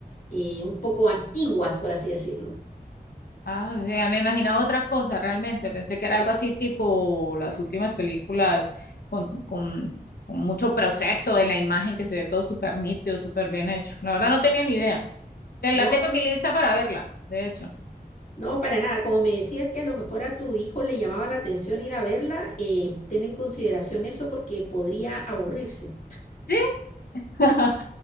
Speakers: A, on the left; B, on the left.
A: eh, un poco antiguas, por así decirlo.
B: Ah, vea, me imaginaba otra cosa realmente. Pensé que era algo así tipo las últimas películas con, con, con mucho proceso en la imagen que se ve todo súper nítido, súper bien hecho. La verdad no tenía ni idea. Te-
A: No,
B: La tengo
A: no,
B: en
A: no,
B: mi lista para verla, de hecho.
A: no, para nada. Como me decías que a lo mejor a tu hijo le llamaba la atención ir a verla, eh, ten en consideración eso porque podría aburrirse.
B: ¿Sí? <laughs>